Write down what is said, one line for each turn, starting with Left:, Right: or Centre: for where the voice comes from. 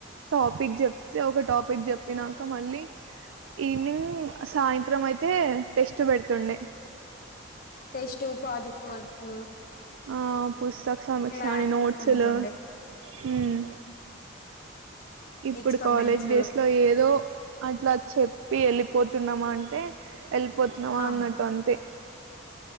Right: టాపిక్ చెప్తే ఒక టాపిక్ చెప్పినాక మళ్ళీ ఈవినింగ్ సాయంత్రం అయితే టెస్ట్ పెడుతుండే
Left: టెస్ట్ ప్రాజెక్ట్ వర్క్
Right: అ ఆ పుస్తక సంమిక్షని
Left: ల్యాబ్స్
Right: నోట్స్లు
Left: ఉంటుండే.
Right: హ్మ్మ్ ఇప్పుడు
Left: ఎక్స్‌పరిమెంట్సు.
Right: కాలేజ్ డేస్ లో ఏదో అట్లా చెప్పి వెళ్ళిపోతున్నామా అంటే వెళ్ళిపోతున్నావా
Left: ఆ!
Right: అన్నట్టు అంతే